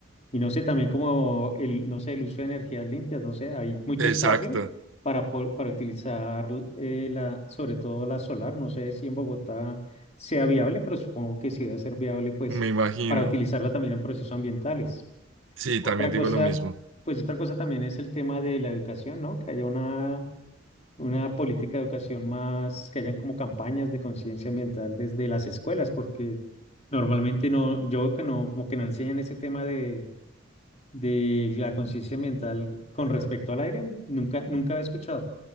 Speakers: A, on the left; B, on the right.
A: y no sé, también como el, no sé, el uso de energías limpias, no sé, hay mucho
B: exacto,
A: espacio para, po- para utilizar eh, la, sobre todo la solar, no sé si en Bogotá sea viable, pero supongo que sí debe ser viable pues
B: me imagino.
A: para utilizarla también en procesos ambientales.
B: Sí,
A: Otra
B: también digo
A: cosa,
B: lo mismo.
A: pues otra cosa también es el tema de la educación, ¿no? Que haya una, una política de educación más, que hayan como campañas de conciencia ambiental desde las escuelas, porque normalmente no, yo veo que no, como que no enseñan ese tema de, de la conciencia ambiental con respecto al aire, nunca, nunca había escuchado.